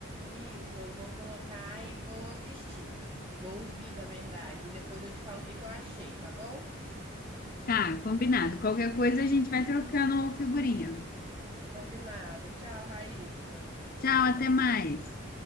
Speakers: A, on the right (about 25°); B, on the left (about 45°).
A: Isso, eu vou colocar e vou assistir. Vou ouvir, na verdade, e depois eu te falo o que que eu achei, tá bom?
B: Tá, combinado. Qualquer coisa a gente vai trocando figurinha.
A: Combinado. Tchau, Raíssa.
B: Tchau, até mais.